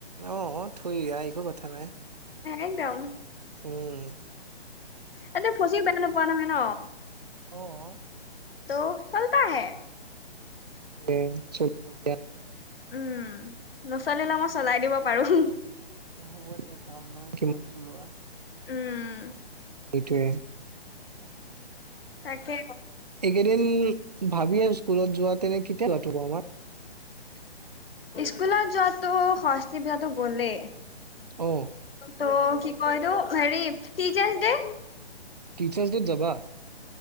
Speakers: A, on the right (about 40°); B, on the left (about 65°).
A: অ' অ' থৈ দিয়া একো কথা নাই।
B: একদম।
A: উম।
B: তাতে ফচি বেয়া নোপোৱা নহয় ন?
A: অ'।
B: ত' চলটা হে।
A: এ, চলিব দিয়া।
B: উম, নচলিলে মই চলাই দিব পাৰোঁ।
A: অ' হ'ব এতিয়া চাম ন কিমান চলোৱা।
B: উম
A: সেইটোৱে।
B: তাকে
A: এইদিন ভাবি আৰু স্কুলত যোৱা তেনে কেতিয়া লঠব আমাৰ
B: স্কুলত যোৱাটো শচ্তি প যটো গলে
A: অ
B: ত কি কলো হেৰি টিচাৰ ডে
A: টিচাৰ্ছ ডত যাবা